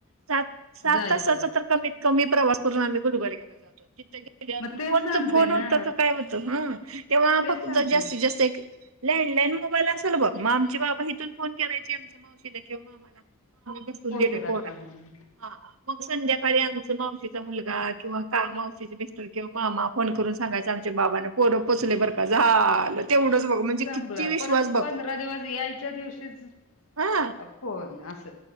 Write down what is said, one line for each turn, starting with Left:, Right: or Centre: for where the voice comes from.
Right: सात, सात
Left: जायचं
Right: तासाचा तर कमीत कमी प्रवास करून आम्ही गुलबर्ग्याला जातो तीत.
Left: मग तेच
Right: फोन
Left: सांगते
Right: तर फोन होत
Left: ना
Right: का, काय होतं ह तेव्हा
Left: तेच
Right: फक्त
Left: सांगते
Right: जास्तीत जास्त एक. लँडलाईन मोबाईल असेल बघ. मग आमचे बाबा हिथून फोन करायचे आमच्या मावशीला. मामाला हा, मग बसून
Left: पोहोचलात
Right: गेले पोरांना
Left: का म्हणून
Right: हा. मग संध्याकाळी आमचा मावशीचा मुलगा किंवा, मावशीचे मिस्टर किंवा मामा. फोन करून सांगायच. आमच्या बाबांना पोर पोचले बर का झालं तेवढंच. हो म्हणजे
Left: संपला
Right: किती विश्वास
Left: परत
Right: बघ.
Left: पंधरा दिवस यायच्या दिवशीच
Right: हा
Left: फोन असं.